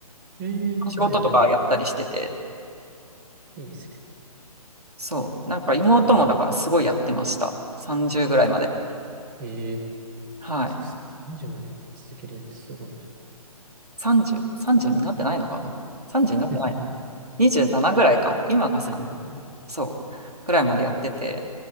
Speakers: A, on the right; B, on the right.
A: ええ、
B: の仕事とかやったりしてて、
A: はいはいはい。いいですね。
B: そう、なんか妹もだからすごいやってました。
A: うん。
B: 30ぐらいまで。
A: ええ、
B: はい。
A: そうそう。さんじゅうまで続けれるってすごいな。
B: 30、30になってないのか、でも。30になってないな。
A: <laughs>
B: 27ぐらいか。今がさんじゅう
A: はいはいはい。
B: そう、くらいまでやってて。